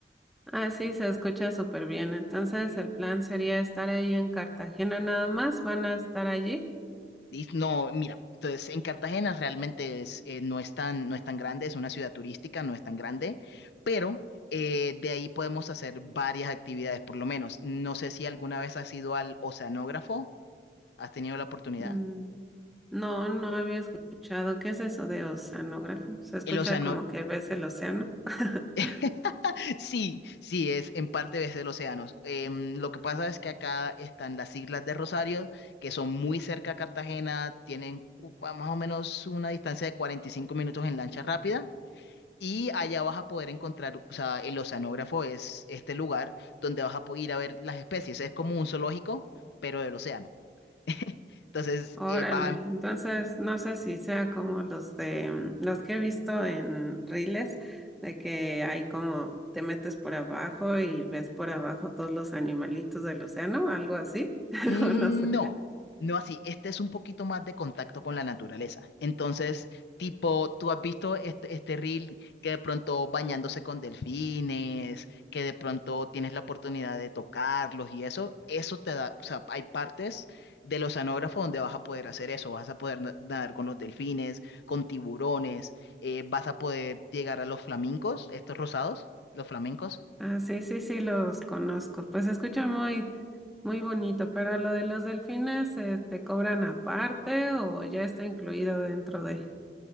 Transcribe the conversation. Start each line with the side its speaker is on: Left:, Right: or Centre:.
Centre: Ah, sí, se escucha súper bien. Entonces, el plan sería estar ahí en Cartagena nada más. ¿Van a estar allí?
Left: Y No, mira, entonces en Cartagena realmente es, eh, no es tan, no es tan grande, es una ciudad turística, no es tan grande, pero eh, de ahí podemos hacer varias actividades, por lo menos. No sé si alguna vez has ido al oceanógrafo, has tenido la oportunidad.
Centre: Mm, no, no había escuchado. ¿Qué es eso de oceanógrafo? Se escucha
Left: El océano,
Centre: como que ves el océano. <laughs>
Left: <laughs> sí, sí, es en parte desde los océanos Em, lo que pasa es que acá están las Islas de Rosario, que son muy cerca a Cartagena, tienen uh, más o menos una distancia de 45 minutos en lancha rápida. Y allá vas a poder encontrar, o sea, el oceanógrafo es este lugar donde vas a po- ir a ver las especies. Es como un zoológico, pero del océano. <laughs> Entonces,
Centre: Órale,
Left: eh, vas
Centre: entonces
Left: a
Centre: no sé si sea como los de mm, los que he visto en reels, de que hay como te metes por abajo y ves por abajo todos los animalitos del océano, algo así, <laughs>
Left: Mm,
Centre: o no sé.
Left: No, no así. Este es un poquito más de contacto con la naturaleza. Entonces, tipo, tú has visto este, este reel que de pronto bañándose con delfines, que de pronto tienes la oportunidad de tocarlos y eso, eso te da, o sea, hay partes del oceanógrafo donde vas a poder hacer eso. Vas a poder na- nadar con los delfines, con tiburones, eh, vas a poder llegar a los flamencos, estos rosados, los flamencos.
Centre: Ah, sí, sí, sí, los conozco. Pues se escucha muy, muy bonito, pero lo de los delfines, eh, ¿te cobran aparte o ya está incluido dentro de?